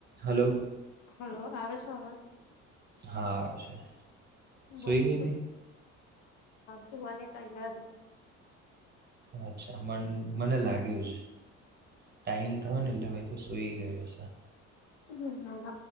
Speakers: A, on the right; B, on the left.
A: Hello
B: hello આવે. <unintelligible>
A: હા છે.
B: <unintelligible>
A: સૂઈ ગઈ હતી
B: સુહાને તાઈયાર
A: અચ્છા મન મને લાગ્યું છે. ટાઈમ થવા લ મે તો સુઈ ગયા.
B: હ